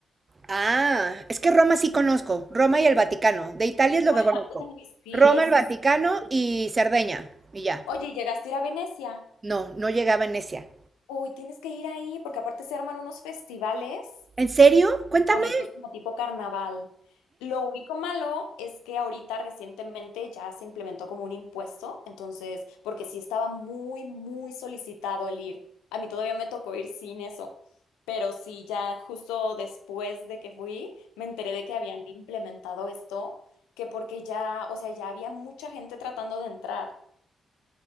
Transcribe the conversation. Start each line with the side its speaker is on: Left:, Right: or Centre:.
Right: Ah, es que Roma sí conozco. Roma y el Vaticano. De Italia es lo
Left: Ajá,
Right: que conozco.
Left: uy, sí,
Right: Roma,
Left: sí.
Right: el Vaticano y Cerdeña. Y ya.
Left: Oye, ¿llegaste a ir a Venecia?
Right: No, no llegué a Venecia.
Left: Uy, tienes que ir ahí porque aparte se arman unos festivales
Right: ¿En serio? Cuéntame.
Left: bonitos como tipo carnaval. Lo único malo es que ahorita recientemente ya se implementó como un impuesto, entonces, porque sí estaba muy, muy solicitado el ir. A mí todavía me tocó ir sin eso, pero sí, ya justo después de que fui, me enteré de que habían implementado esto, que porque ya, o sea, ya había mucha gente tratando de entrar.